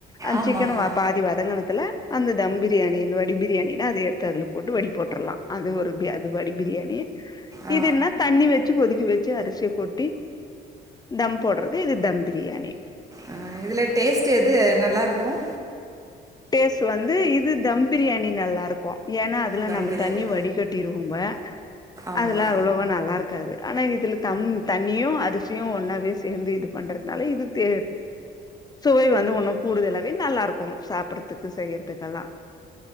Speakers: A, on the left; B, on the right.
A: அந்த
B: ஆமா
A: சிக்கன்
B: ஆமா
A: பாதி வதங்கணத்துல அந்த தம் பிரியாணிய வடி பிரியாணினென்ன அது எடுத்து அதுல போட்டு வடி போட்டுரலாம் அது ஒரு அது வடி பிரியாணி
B: ஆ
A: இது என்னா தண்ணி வச்சு கொதிக்கி வச்சு அரிசியை கொட்டி தம் போடுறது இது தம் பிரியாணி
B: ஆ இதுல டேஸ்ட் எது நல்லா இருக்கும்
A: டேஸ்ட் வந்து இது தம் பிரியாணி நல்லா இருக்கேம் ஏன்னா அதுல
B: தம்
A: நம்ம
B: பிரியாணி
A: தண்ணி வடடிகட்டிடுவேம் பொம்ப
B: ஆமா
A: <inaudible> அதுலா அவ்வளேவா நல்லா இருக்காது ஆனா இதுல தம் தண்ணியும் அரிசியும் ஒன்னாவே சேர்ந்து இது பண்றதுனால இது தே சுவை வந்து ஒண்ணும் கூடுதலாவே நல்லா இருக்கும் சாப்ப சாப்புறத்துக்கு செய்யறதுக்கெல்லாம்